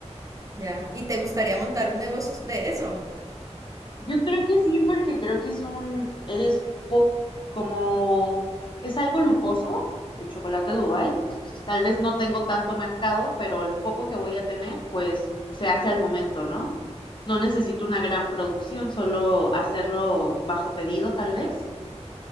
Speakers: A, on the right; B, on the left.
A: ya. ¿Y te gustaría montar un negocio de eso?
B: Yo creo que sí, porque creo que es un, es po- como, es algo lujoso el chocolate Dubai. Tal vez no tengo tanto mercado, pero el poco que voy a tener, pues se hace al momento, ¿no? No necesito una gran producción, solo hacerlo bajo pedido tal vez